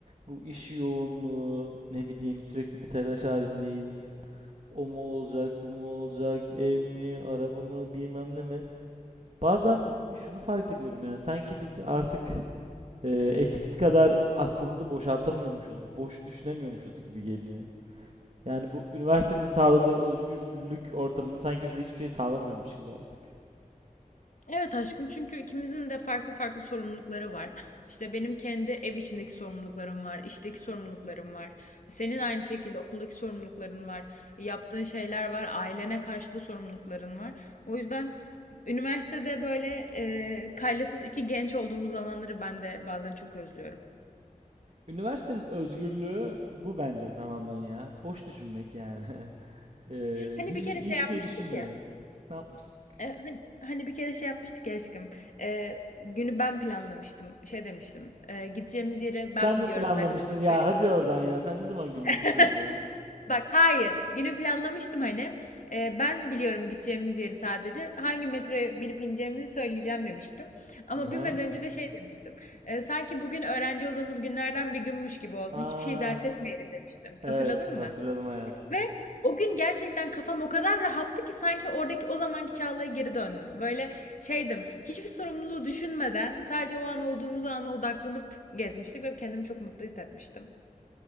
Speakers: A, on the right; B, on the left.
A: bu iş yoğunluğu ne bileyim sürekli bir telaş halindeyiz. O mu olacak, bu mu olacak, ev mi, araba mı bilmem ne mi. Bazen şunu fark ediyorum yani sanki biz artık e, eskisi kadar aklımızı boşaltamıyormuşuz, boş düşünemiyormuşuz gibi geliyor. Yani bu üniversitenin sağladığı özgürlük ortamını sanki bize hiçbir şey sağlamıyormuş gibi artık.
B: Evet aşkım çünkü ikimizin de farklı farklı sorumlulukları var. İşte benim kendi ev içindeki sorumluluklarım var, işteki sorumluluklarım var. Senin aynı şekilde okuldaki sorumlulukların var, yaptığın şeyler var, ailene karşı da sorumlulukların var. O yüzden üniversitede böyle e, kaylasız iki genç olduğumuz zamanları ben de bazen çok özlüyorum.
A: Üniversitenin özgürlüğü bu bence tamamen ya. Boş düşünmek yani. <laughs> Ee,
B: Hani
A: hiçbir,
B: bir kere
A: hiçbir
B: şey yapmıştık
A: şey düşünmemek.
B: ya.
A: Ne yapmıştık?
B: e, hani, hani bir kere şey yapmıştık ya aşkım. e, günü ben planlamıştım. Şey demiştim. e, gideceğimiz yeri
A: Sen
B: ben
A: mi
B: biliyorum
A: planlamıştın
B: sadece sana
A: ya?
B: söyle.
A: Hadi oradan ya. Sen ne zaman günümüzü
B: <laughs>
A: planladın?
B: Bak hayır. Günü planlamıştım hani. E, ben biliyorum gideceğimiz yeri sadece. Hangi metroya binip ineceğimizi söyleyeceğim demiştim. Ama
A: Hı hı.
B: binmeden önce de şey demiştim. E, sanki bugün öğrenci olduğumuz günlerden bir günmüş gibi olsun.
A: Aa,
B: Hiçbir şey dert etmeyelim demiştim.
A: evet.
B: Hatırladın
A: Hatırladım
B: mı?
A: hayat.
B: Ve o gün gerçekten kafam o kadar rahattı ki sanki oradaki o zamanki Çağla'ya geri döndüm. Böyle şeydim, hiçbir sorumluluğu düşünmeden sadece o an olduğumuz ana odaklanıp gezmiştik ve kendimi çok mutlu hissetmiştim.